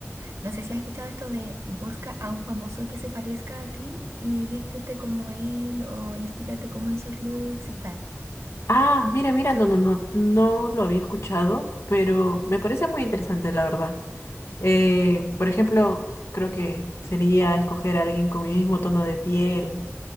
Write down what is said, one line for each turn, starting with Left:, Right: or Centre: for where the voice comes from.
Right: no sé si has escuchado esto de busca a un famoso que se parezca a ti y vístete como él o inspírate como en sus looks y tal.
Left: Ah, mira, mira, no, no, no, no lo había escuchado, pero me parece muy interesante, la verdad. Eh, por ejemplo, creo que sería escoger a alguien con mi mismo tono de piel,